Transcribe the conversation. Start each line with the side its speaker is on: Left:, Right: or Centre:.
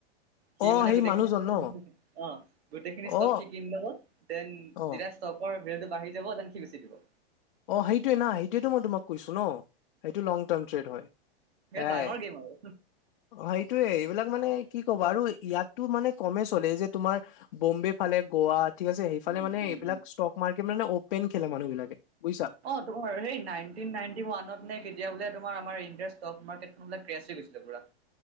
Right: সি
Left: অ
Right: মানে
Left: সেই
Right: গোটেইখিনি
Left: মানুহজন ন
Right: অ', গোটেইখিনি
Left: অ
Right: ষ্টক সি কিনি লব দেন
Left: অ
Right: যেতিয়া ষ্টকৰ ৰেটটো বাঢ়ি যাব যেনন সি বেচি দিব।
Left: অ', সেইটোৱে না সেইটোৱেতো মই তোমাক কৈছো ন সেইটো লং টাৰ্ম ট্ৰেড হয়। সেয়াই
Right: বিৰাট ডাঙৰ গেম আৰু
Left: অ', সেইটোয়ে এইবিলাক মানে কি ক'ব আৰু ইয়াতো মানে কমেই চলে যে তোমাৰ বম্বে ফালে গোৱাত ঠিক আছে সেইফালে
Right: উম
Left: মানে
Right: উম
Left: এইবিলাক
Right: উম
Left: ষ্টক মাৰ্কেট মানে অ'পন খেলে মানুহ বিলাকে। বুজিছা
Right: অ', তোমাৰ এ নাইনটিন নাইনটিন ওৱানত নে কেতিয়া বোলে তোমাৰ আমাৰ ইণ্ডিয়াৰ ষ্টক মাৰ্কেটখন বোলে ক্ৰছ হৈ গৈছিলে পুৰা।